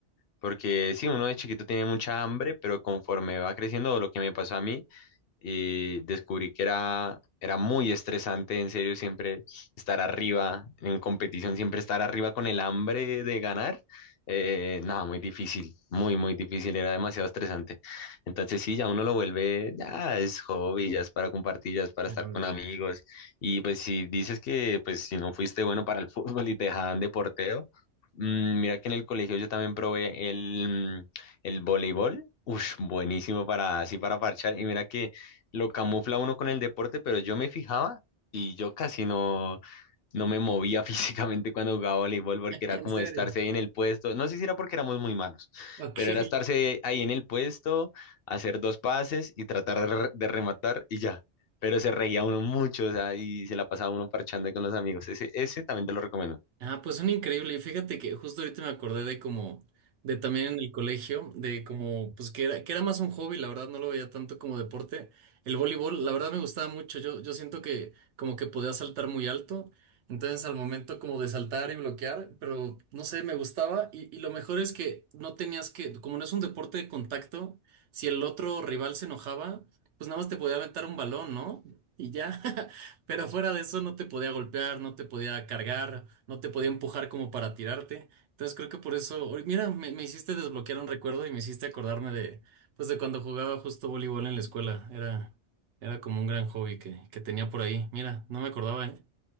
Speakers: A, on the left; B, on the right.
A: Porque sí, uno de chiquito tiene mucha hambre, pero conforme va creciendo, o lo que me pasó a mí, y descubrí que era, era muy estresante, en serio, siempre estar arriba en competición, siempre estar arriba con el hambre de ganar. eh, nada, muy difícil, muy, muy difícil, era demasiado estresante. Entonces sí, ya uno lo vuelve, ya es hobby, ya es para compartir, ya es para
B: Ándale.
A: estar con amigos.
B: <laughs>
A: Y pues si dices que pues si no fuiste bueno para el <laughs> fútbol y te dejaban de portero, mm, mira que en el colegio yo también probé el, mm, el voleibol. Ush, buenísimo para así para parchar. Y mira que lo camufla uno con el deporte, pero yo me fijaba y yo casi no, no me movía <laughs> físicamente cuando jugaba voleibol porque era
B: En
A: como
B: serio.
A: estarse ahí en el puesto. No sé si era porque éramos muy malos,
B: Ok.
A: pero era estarse ahí en el puesto, hacer dos pases y tratar de, re- de rematar y ya. Pero se reía uno mucho, o sea, y se la pasaba uno parchando ahí con los amigos. Ese, ese también te lo recomiendo.
B: Ah, pues son increíble. Y fíjate que justo ahorita me acordé de como, de también en el colegio, de como, pues que era, que era más un hobby, la verdad, no lo veía tanto como deporte. El voleibol, la verdad me gustaba mucho. Yo, yo siento que como que podía saltar muy alto. Entonces al momento como de saltar y bloquear, pero no sé, me gustaba. Y, y lo mejor es que no tenías que, como no es un deporte de contacto, si el otro rival se enojaba, pues nada más te podía aventar un balón, ¿no? Y ya. <laughs> Pero fuera de eso no te podía golpear, no te podía cargar, no te podía empujar como para tirarte. Entonces creo que por eso, oy, mira, me, me hiciste desbloquear un recuerdo y me hiciste acordarme de, pues de cuando jugaba justo voleibol en la escuela. Era, era como un gran hobby que, que tenía por ahí. Mira, no me acordaba, ¿eh?